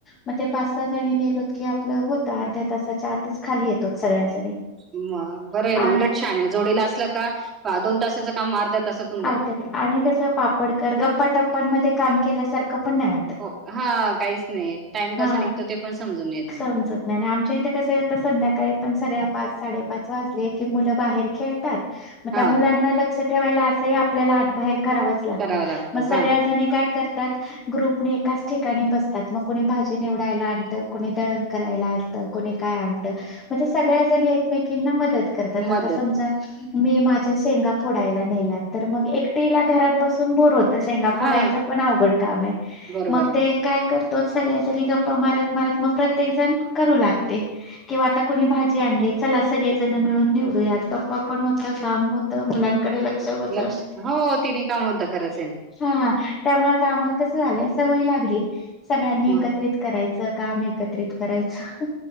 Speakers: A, on the left (about 30°); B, on the right (about 25°).
A: मग ते पाच सहा जणी गेलोत की आपलं होत अर्ध्या तासाच्या आतच खाली येतो सगळ्याजणी.
B: म बरं आहे
A: आण
B: ना उलट छान आहे जोडीला असला का दोन तासाचा काम अर्ध्या तासात होऊन जातं
A: अर्थ्यात आणि कसं पापडकर गप्पाटप्पानंमध्ये काम केल्यासार खं पण नाही वाटत
B: हो हा काहीच नाही टाइम
A: हा
B: कसा निघतो ते पण समजून येत नाही
A: समजत नाही ना आमच्या इथं कसं आहे संध्याकाळी पण सगळ्या पाच साडेपाच वाजले की मुलं बाहेर खेळ तात म
B: हा
A: त्या मुलांना लक्ष ठेवायला अस तरी आपल्याला आत बाहेर करावच लागतं
B: करावं
A: मग सगळ्या
B: हा
A: जणी काय कर तात ग्रुपनी एकाच ठिकाणी बसतात म कुणी भाजी निवडायला आणतं, कुणी दळण करायला आणतं, कुणी काय आणतं म ते सगळ्या जणे एकमेकींना म दत करतात
B: मदत
A: आता समजा मी माझ्या शेंगा फोडायला नेल्यात तर मग एकटीला घरात बसून बोर हो तर शेंगा
B: हा
A: फोडायचा पण अवघड काम आहे
B: बरोबर
A: मग
B: आहे
A: ते काय क तोच सगळेजणी गप्पा मारत-मारत मग प्रत्येक जण करू लागते किंवा आता कुणी भाजी आणली चला सगळेजण मिळून निवडू यात गप्पा पण होतं काम होतं मुलांकडे लक्ष होतं.
B: लक्ष हो तिने काम होतं खरंच येणार
A: हा त्यामुळे आता आम्हाला कसं झालंय सवय लागली सगळ्यांनी एकत्रित
B: मग
A: करायचं काम एकत्रित करायचं.